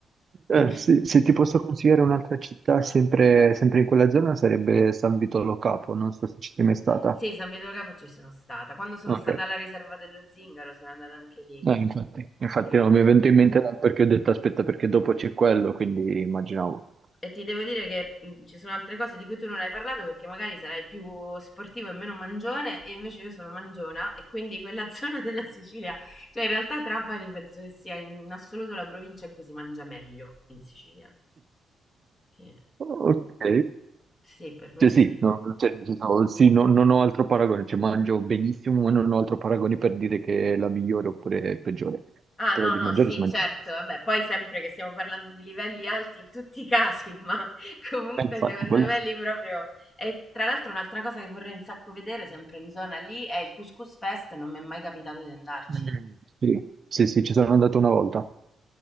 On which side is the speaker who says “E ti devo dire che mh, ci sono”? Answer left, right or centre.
Left